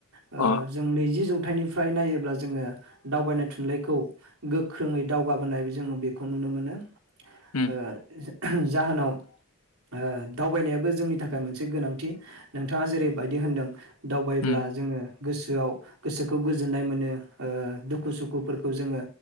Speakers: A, on the right; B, on the left.
A: ओ
B: अ
A: जों नैजि जौ खन्थाइनिफ्राय नायोब्ला जोङो दावबायनाय थुनलाइखौ गोख्रोङै दावगाबोनाय जोङो बेखौ नुनो मोनो
B: उम
A: ओ जाहोनाव ओ दावबायनायाबो जोंनि थाखाय मोनसे गोनांथि नोंथाङा जेरैबायदि होनदों, दावबायब्ला
B: उम
A: जोङो, गोसोआव गोसोखौ गोजोननाय मोनो ओ दुखु सुखुफोरखौ जोङो